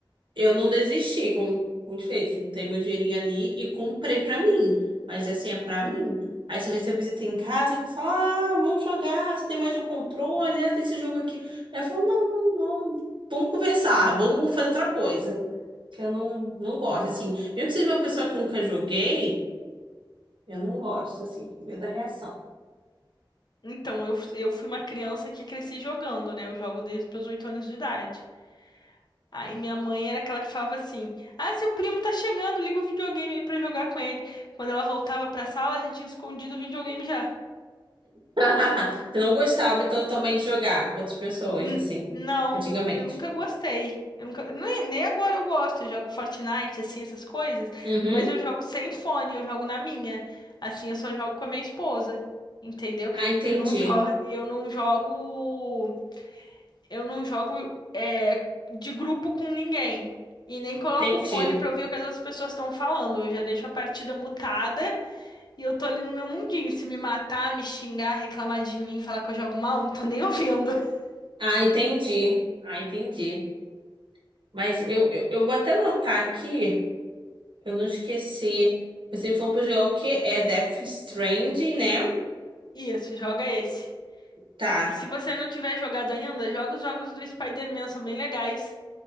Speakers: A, on the right; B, on the left.
A: Eu não desisti com, com desfeito. Juntei meu dinheirinho ali e comprei pra mim. Mas assim, é pra
B: uhum.
A: mim. Aí se eu recebo visita em casa, que fala, ah, vamos jogar, você tem mais de um controle, ah, tem esse jogo aqui. Aí eu falo, não, não, não, vamos conversar, vamos fazer outra coisa. Que eu não, não gosto, assim. Mesmo que seja uma pessoa que eu nunca joguei, eu não gosto, assim, com medo da reação.
B: Então, eu, eu fui uma criança que cresci jogando, né? Eu jogo desde os meus oito anos de idade. Aí minha mãe era aquela que falava assim: Ah, seu primo tá chegando, liga o videogame aí pra jogar com ele. Quando ela voltava pra sala, já tinha escondido o videogame já.
A: <laughs> Eu não gostava, então, também de jogar com outras pessoas,
B: N-
A: assim,
B: não,
A: antigamente.
B: eu nunca gostei. Eu nunca, nem, nem agora eu gosto. Eu jogo Fortnite, assim, essas coisas,
A: Uhum.
B: mas eu jogo sem fone, eu jogo na minha. Assim, eu só jogo com a minha esposa, entendeu?
A: Ah, entendi.
B: Eu não, jo eu não jogo. Eu não jogo é, de grupo com ninguém. E nem coloco
A: Entendi.
B: o fone pra ouvir o que as outras pessoas estão falando. Eu já deixo a partida mutada e eu tô ali no meu mundinho. Se me matar, me xingar, reclamar de mim, falar que eu jogo mal, não tô nem ouvindo. <laughs>
A: Ah, entendi. Ah, entendi. Mas eu, eu, eu vou até anotar aqui, pra eu não esqueci. Você falou pra jogar o quê? É Death Stranding, né?
B: Isso, joga esse.
A: Tá.
B: E se você não tiver jogado ainda, joga os jogos do Spider-Man, são bem legais.